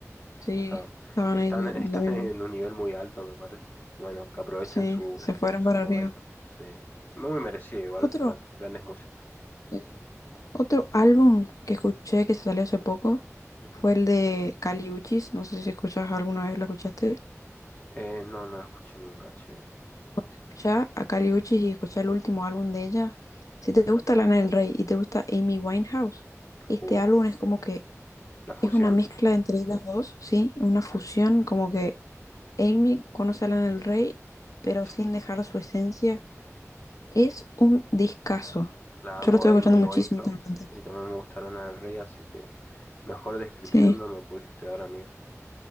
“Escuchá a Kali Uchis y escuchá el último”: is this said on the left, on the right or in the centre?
Left